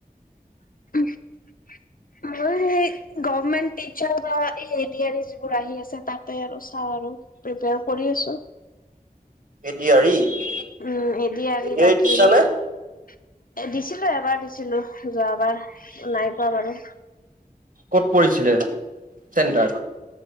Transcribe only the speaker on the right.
A D R E,
ডি
আৰ দিছা
নে?
ক'ত পৰিছিলে চেণ্টাৰ?